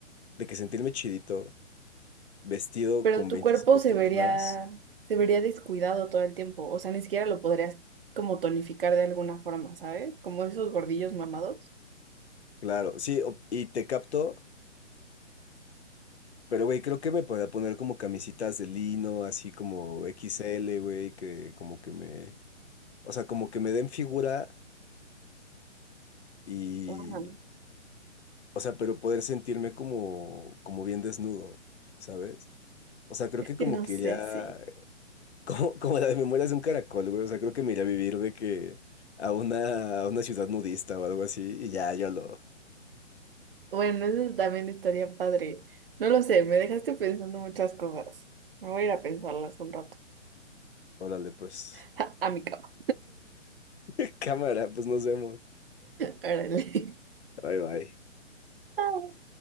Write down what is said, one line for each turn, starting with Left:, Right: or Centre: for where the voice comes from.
Left: de que sentirme chidito, vestido
Right: Pero
Left: con
Right: tu
Left: 25
Right: cuerpo se
Left: kilos
Right: vería,
Left: más.
Right: se vería descuidado todo el tiempo. O sea, ni siquiera lo podrías como tonificar de alguna forma, ¿sabes? Como esos gordillos mamados.
Left: Claro, sí, o- y te capto. Pero, güey, creo que me podría poner como camisitas de lino, así como X L güey, que como que me, o sea, como que me den figura y,
Right: Ah,
Left: o sea, pero poder sentirme como, como bien desnudo, ¿sabes? O sea, creo
Right: es
Left: que como
Right: que no
Left: que
Right: sé
Left: iría,
Right: sí
Left: <laughs> como, como las memorias de un caracol, güey, o sea, creo que me iría a vivir de que a una, a una ciudad nudista o algo así y ya, yo lo,
Right: Bueno, eso también estaría padre. No lo sé, me dejaste pensando muchas cosas. Me voy a ir a pensarlas un rato.
Left: órale, pues,
Right: <laughs> A mi cama.
Left: <laughs> cámara, pues nos vemos.
Right: <laughs> Órale.
Left: Bye, bye.
Right: <laughs>